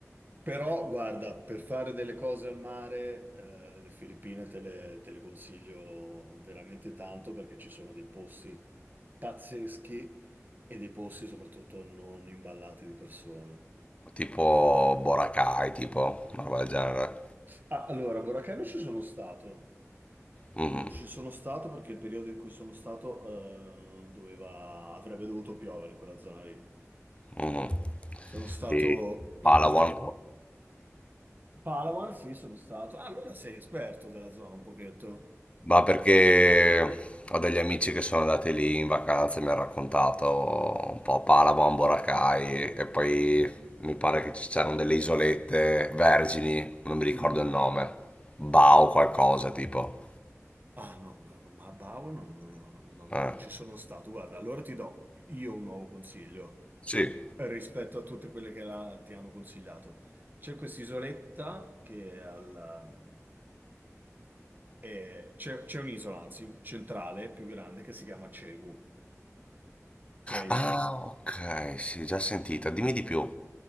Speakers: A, on the right; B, on the left.
A: Però, guarda, per fare delle cose al mare, eh, le Filippine te le, te le consiglio veramente tanto perché ci sono dei posti pazzeschi e dei posti soprattutto non imballati di persone.
B: Tipo Boracay, tipo una roba del genere.
A: Ah, allora, a Boracay non ci sono stato.
B: Mhm,
A: Non ci sono stato perché il periodo in cui sono stato eh, doveva, avrebbe dovuto piovere in quella zona lì.
B: mhm.
A: Sono stato
B: E
A: in
B: Palawan.
A: altri... Palawan, sì, sono stato. Ah, allora sei esperto della zona un pochetto.
B: Ma perché ho degli amici che sono andati lì in vacanza e mi hanno raccontato un po' Palabo, Amboracay e poi mi pare che ci c'erano delle isolette vergini, non mi ricordo
A: Mm.
B: il nome, Bao qualcosa tipo.
A: Ah no, guarda, ma a Bau non, non- non-
B: Eh,
A: non ci sono stato. Guarda, allora ti do io un nuovo consiglio.
B: sì.
A: rispetto a tutte quelle che la- ti hanno consigliato. C'è quest'isoletta che è al, ehm, è- c'è c'è un'isola, anzi, centrale, più grande, che si chiama Cebu, ok?
B: Ah, ok, sì, già sentita, dimmi di più.